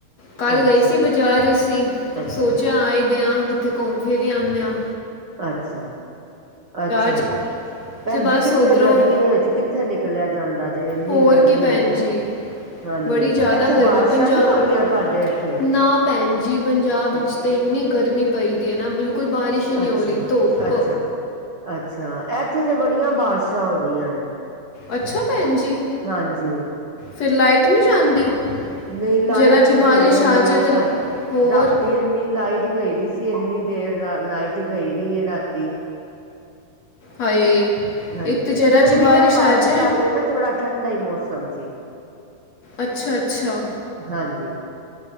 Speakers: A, on the left (about 50°); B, on the right (about 45°).
A: ਕਾੱਲ
B: ਅੱਛਾ
A: ਗਈ ਸੀ ਬਾਜਾਰ ਅਸੀ,
B: ਅੱਛਾ
A: ਸੋਚੇਆ ਆਏ ਦੇਆਂ, ਕਿੱਥੇ ਘੁੰਮ ਫਿਰ ਈ ਆਨੇ ਆਂ।
B: ਅੱਛਾ, ਅੱਛਾ।
A: 'ਚ
B: ਭੈਨਜੀ
A: ਤੇ ਬਸ
B: ਕਿੱਥੇ
A: ਉੱਧਰੋਂ
B: ਗਰਮੀ ਦੇ ਵਿਚੱ ਕਿੱਥੇ ਨਿਕਲੇਆ ਜਾਂਦਾ ਜੇ, ਇੰਨੀ
A: ਹੋਰ
B: ਗਰਮੀ
A: ਕੀ ਭੈਣ
B: ਜੇ।
A: ਜੀ
B: ਹਾਂਜੀ
A: ਬੜੀ ਜਾਦਾ
B: ਇੱਥੇ
A: ਗਰਮੀ,
B: ਬਾਰਿਸ਼ਾਂ
A: ਪੰਜਾਬ
B: ਨੀ ਹੋ
A: <unintelligible>
B: ਰਹੀਆਂ ਤੁਹਾਡੇ ਇੱਥੇ
A: ਨਾ ਭੈਨ ਜੀ ਪੰਜਾਬ
B: ਅੱਛਾ
A: ਇਚ ਤੇ ਇੰਨੀ ਗਰਮੀ ਪਈ ਦੀ ਹੈ ਨਾ, ਬਿਲਕੁਲ ਬਾਰਿਸ਼ ਹੀ ਨਹੀਂ
B: ਅੱਛਾ
A: ਹੋ ਰਹੀ ਧੁੱਪ
B: ਅੱਛਾ ਅੱਛਾ ਏਥੇ ਤੇ ਬੜੀਆਂ ਬਾਰਿਸ਼ਾਂ ਹੋ ਰਹੀਆਂ ਨੇ
A: ਅੱਛਾ ਭੈਣ ਜੀ
B: ਹਾਂਜੀ
A: ਫਿਰ ਲਾਈਟ ਨਹੀਂ ਜਾਂਦੀ
B: ਨਹੀਂ ਲਾਈਟ
A: ਜਰਾ ਜੀ
B: ਵੀ
A: ਬਾਰਿਸ਼
B: ਗਈ ਰਹਿੰਦੀ
A: ਆ ਜਾਏ
B: ਹੈ
A: ਤੇ ਹੋਰ
B: ਰਾਤੀ ਇੰਨੀ ਲਾਈਟ ਗਈ ਦੀ ਸੀ ਇੰਨੀ ਦੇਰ ਲਾਈਟ ਗਈ ਰਹੀ ਹੈ ਰਾਤੀ
A: ਹਾਏ
B: ਹਾਂਜੀ
A: ਇੱਕ ਤੇ ਜਰਾ
B: ਫੇਰ
A: ਜੀ
B: ਵੀ ਨਾ ਬਾਰਿਸ਼
A: ਆ ਜਾਏ
B: ਕਰਕੇ ਨਾ ਥੋੜਾ ਠੰਡਾ ਹੀ ਮੌਸਮ ਸੀ
A: ਅੱਛਾ ਅੱਛਾ
B: ਹਾਂਜੀ